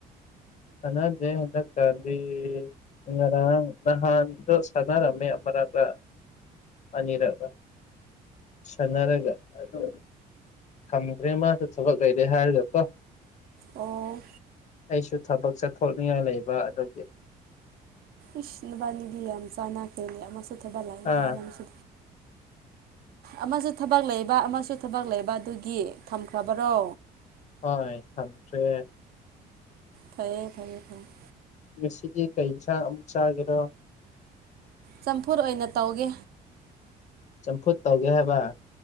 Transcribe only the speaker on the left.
ꯁꯅꯥꯗꯦ ꯍꯟꯗꯛ ꯀꯥꯗꯤ ꯉꯔꯥꯡ ꯅꯍꯥꯟꯗꯣ ꯁꯥꯟꯅꯔꯝꯅꯦ ꯑꯃꯔꯥꯛꯂ ꯑꯅꯤꯔꯛꯂ ꯁꯅꯔꯒ ꯑꯗꯨ ꯊꯝꯈ꯭ꯔꯦ ꯃꯥꯁꯨ ꯊꯕꯛ ꯂꯩꯔꯦ ꯍꯥꯏꯔꯒꯀꯣ
ꯑꯩꯁꯨ ꯊꯕꯛ ꯆꯠꯊꯣꯛꯅꯤꯡꯉꯥꯏ ꯂꯩꯕ ꯑꯗꯨꯒꯤ
ꯑꯥ
ꯍ ꯏ ꯊꯥꯟ꯭ꯔꯦ
ꯉꯁꯤꯗꯤ ꯀꯩꯒꯤ ꯁꯥꯥꯡ ꯑꯃꯨꯛ ꯆꯥꯒꯦꯔꯣ
ꯆꯝꯐꯨꯠ ꯇꯧꯒꯦ ꯍꯥꯏꯕ